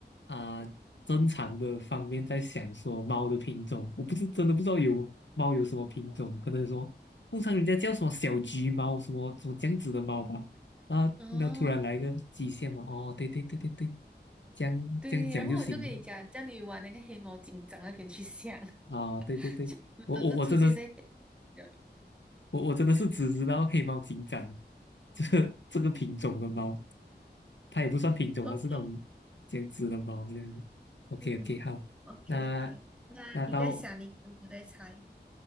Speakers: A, on the left; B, in the centre.
A: 啊、正常的方面在想说猫的品种，我不是真的不知道有猫有什么品种，可能说通常人家叫什么小橘猫，什么什么这样子的猫吧，啊，
B: 嗯，
A: 那突然来一个极限嘛，哦，对对对对对，这样这样讲就行
B: 对，然后我就跟你讲，叫你往那个黑猫警长那边去想，
A: 啊，
B: <laughs>
A: 对对对，
B: 就都是出现在
A: 我我我真的
B: 人
A: 我我真的是只知道黑猫警长 <laughs> 这个这个品种的猫。它也不算品种，
B: OK，
A: 它是那种这样子的猫这样子。OK
B: 嗯，OK
A: OK，好，那
B: OK，那你在想，
A: 那到
B: 你我在猜。